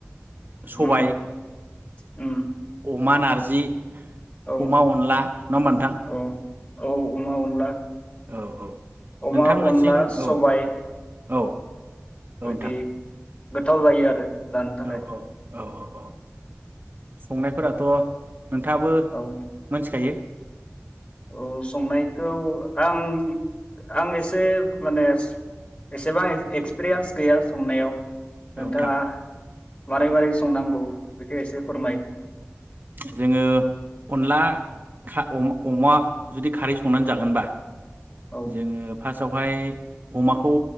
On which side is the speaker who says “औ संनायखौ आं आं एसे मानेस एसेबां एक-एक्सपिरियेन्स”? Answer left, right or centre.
Left